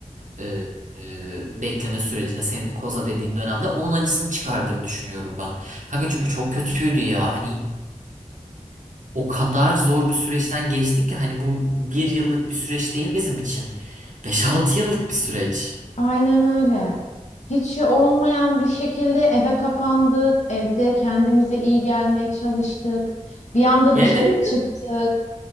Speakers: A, on the right; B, on the left.
A: e, e, bekleme sürecinde senin koza dediğin dönemde onun acısını çıkardığımı düşünüyorum ben. Kanka çünkü çok kötüydü ya. Hani o kadar zor bir süreçten geçtik ki hani bu bir yıllık bir süreç değil bizim için. beş altı yıllık bir süreç.
B: Aynen öyle. Hiç şey olmayan bir şekilde eve kapandık. Evde kendimize iyi gelmeye çalıştık. Bir anda
A: Yerle
B: dışarı
A: mi?
B: çıktık.